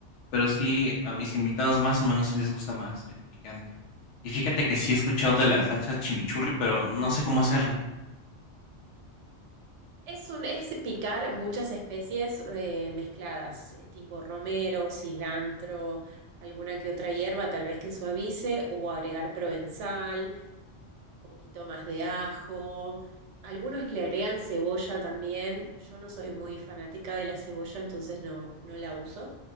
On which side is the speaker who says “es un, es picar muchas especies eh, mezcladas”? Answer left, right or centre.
Right